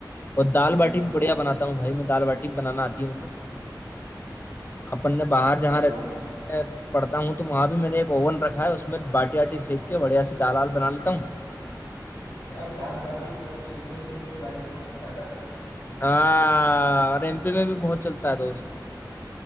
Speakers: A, on the left; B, on the left.
A: और दाल
B: हम्म
A: बाटी भी
B: हम्म
A: बढ़िया बनाता
B: जी,
A: हूँ भाई मैं दाल बाटी बनाना आती है मेरे को अपन ने बाहर जहाँ
B: अरे
A: रहते
B: वाह
A: मैं पढ़ता हूँ तो वहां भी मैंने एक ओवन रखा है उसमें बाटी आटी सेक के बढ़िया सी दाल आल बना लेता हूँ
B: यार दाल बाटी और चूरमे से तो राजस्थान की याद आ रही है
A: हाँ और एमपी में भी बहुत चलता है दोस्त